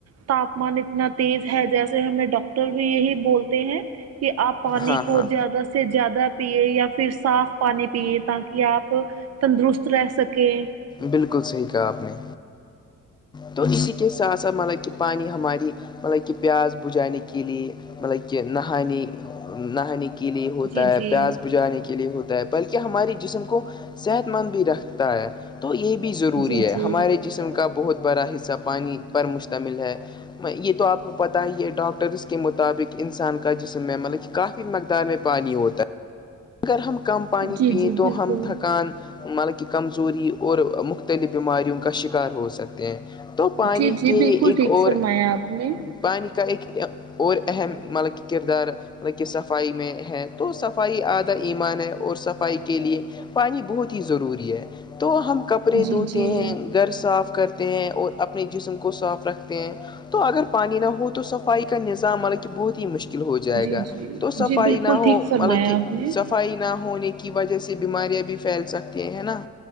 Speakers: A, on the right; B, on the left.
A: تاپمان اتنا تیز ہے جیسے ہمیں ڈاکٹر بھی یہی بولتے ہیں کہ آپ پانی
B: ہاں
A: کو
B: ہاں
A: زیادہ سے زیادہ پیے یا پھر صاف پانی پیے تاکہ آپ تندرست رہ سکیں
B: بالکل صحیح کہا آپ نے تو اسی کے ساتھ ساتھ مطلب کہ پانی ہماری مطلب کہ پیاس بجھانے کے لیے مطلب کہ نہانے نہانے کے لیے ہوتا
A: جی
B: ہے
A: جی
B: پیاس بجھانے کے لیے ہوتا ہے بلکہ ہماراری جسم کو صحت مند بھی رکھتا ہے تو یہ بھی ضروری
A: جی
B: ہے
A: جی
B: ہمارے جسم کا بہت بڑا حصہ پانی پر مشتمل ہے یہ تو آپ کو پتہ ہے یہ ڈاکٹرس کے مطابق انسان کا جسم ہے مطلب کا مقدان میں پانی ہوتا ہے اگر ہم کم پانی
A: جی
B: پییں
A: جی
B: تو
A: بالکل
B: ہم تھکان ملک کی کمزوری اور مختلف بیماریوں کا شکار ہو سکتے ہیں تو پانی
A: جی جی
B: کے
A: بالکل
B: ایک
A: ٹھیک
B: اور
A: فرمایا آپ نے
B: پانی کا ایک اور اہم مطلب کردار مطلب کہ صفائی میں ہے تو صفائی آج ایمان ہے اور صفائی کے لیے پانی بہت ہی ضروری ہے تو ہم کب کپڑے
A: جی
B: دھوتے
A: جی
B: ہیں گھر صاف کرتے ہیں اور اپنے جسم کو صاف رکھتے ہیں تو اگر پانی نہ ہو تو صفائی کا نظام حالانکہ بہت ہی مشکل مکل ہو جائے
A: جی
B: گا
A: جی
B: تو صفائی
A: جی بالکل
B: نہ ہو
A: ٹھیک فرمایا
B: مطلب کہ
A: آپ نے
B: صفائی نہ ہونے کی وجہ سے بیماریاں بھی پھیل سکتی ہیں نا